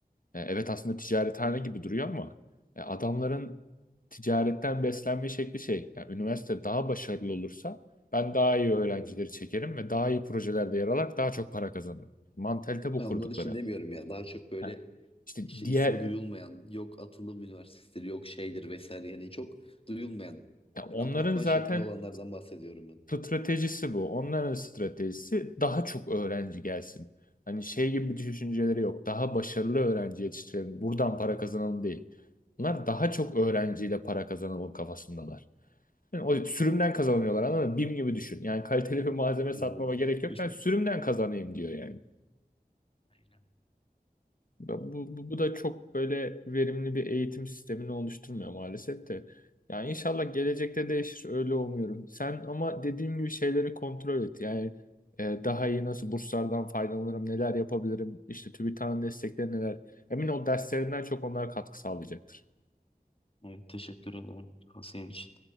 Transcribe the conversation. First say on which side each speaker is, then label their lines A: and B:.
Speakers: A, on the left; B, on the left.
A: E, Evet aslında ticarethane gibi duruyor ama e, adamların ticaretten beslenme şekli şey. Yani üniversite daha başarılı olursa ben daha iyi öğrencileri çekerim ve daha iyi projelerde yer alarak daha çok para kazanırım. Mantalite bu
B: Ben
A: kurdukları.
B: onlar için demiyorum ya. Daha çok böyle
A: Ha, İşte
B: işte
A: diğer
B: ismi duyulmayan, yok atılım üniversiteleri, yok şeydir vesaire. Yani çok duyulmayan,
A: ya onların
B: böyle apartman
A: zaten
B: şeklinde olanlardan bahsediyorum ben.
A: stratejisi bu. Onların stratejisi daha çok öğrenci gelsin. Hani şey gibi bir düşünceleri yok. Daha başarılı öğrenci yetiştirelim. Buradan para kazanalım değil. Bunlar daha çok öğrenciyle para kazanalım kafasındalar. Yani o sürümden kazanıyorlar anladın mı? BİM gibi düşün. Yani kaliteli bir malzeme satmama
B: Aynen.
A: gerek yok.
B: <laughs>
A: Ben sürümden kazanayım diyor yani.
B: Aynen.
A: Bu, bu, bu da çok böyle verimli bir eğitim sistemini oluşturmuyor maalesef de. Yani inşallah gelecekte değişir öyle umuyorum. Sen ama dediğim gibi şeyleri kontrol et. Yani e, daha iyi nasıl burslardan faydalanırım, neler yapabilirim, işte TÜBİTAK'ın destekleri neler. Emin ol derslerinden çok onlar katkı sağlayacaktır.
B: Evet, teşekkür ederim tavsiyen için.